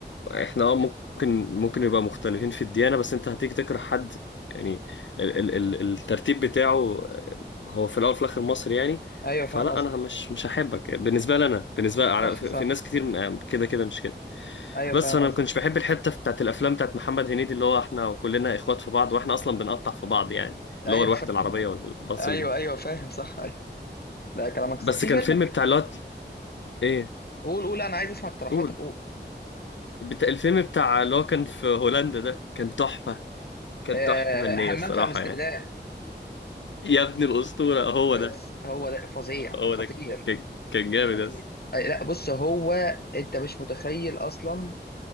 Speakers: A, on the left; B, on the left.
A: احنا اه ممكن ممكن يبقى مختلفين في الديانة بس انت هتيجي تكره حد يعني ال ال ال الترتيب بتاعه أه، هو في الاول وفي الاخر مصري يعني
B: ايوه
A: فلا
B: فاهم قصدك
A: انا مش مش هحبك بالنسبة لي انا بالنسبة
B: صح
A: على- في
B: صح
A: في ناس كتير أم، كده كده مش كده
B: ايوه
A: بس
B: فاهم
A: انا
B: قصدك
A: ما كنتش بحب الحته بتاعت الافلام بتاعت محمد هنيدي اللي هو احنا كلنا اخوات في بعض واحنا اصلا بنقطع في بعض يعني اللي
B: ايوه
A: هو الوحده
B: فاهم
A: العربيه والباص
B: ايوه
A: المال
B: ايوه فاهم صح ايوه لا كلامك صح
A: بس
B: في
A: كان
B: فيلم
A: فيلم
B: ك-
A: بتاع اللي هو ايه
B: قول قول انا عايز اسمع اقتراحاتك
A: قول
B: قول
A: بتاع الفيلم بتاع اللي هو كان في هولندا ده كان تحفه كان
B: آه
A: تحفه فنيه
B: همام
A: الصراحه
B: في امستردام
A: يعني يا ابن الاسطوره هو
B: بس
A: ده
B: هو ده فظيع
A: هو
B: خطير
A: ده كان كان جامد
B: خطير
A: بس
B: أي لا بص هو انت مش متخيل اصلا